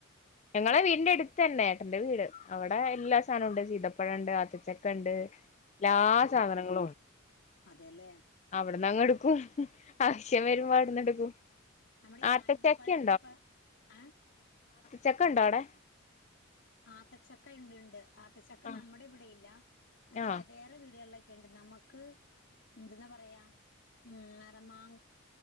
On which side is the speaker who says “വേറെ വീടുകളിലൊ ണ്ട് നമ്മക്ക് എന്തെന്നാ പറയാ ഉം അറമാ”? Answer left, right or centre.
Left